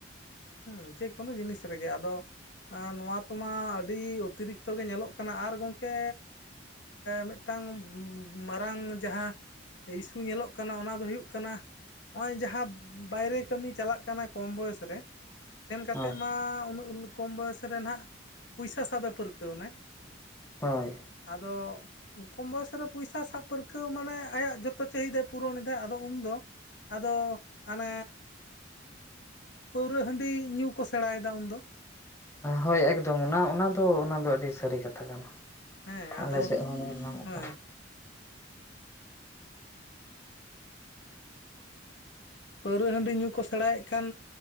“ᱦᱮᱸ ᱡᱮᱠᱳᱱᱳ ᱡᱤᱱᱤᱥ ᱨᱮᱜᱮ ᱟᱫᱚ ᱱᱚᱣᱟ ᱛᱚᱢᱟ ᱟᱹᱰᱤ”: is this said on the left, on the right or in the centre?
Left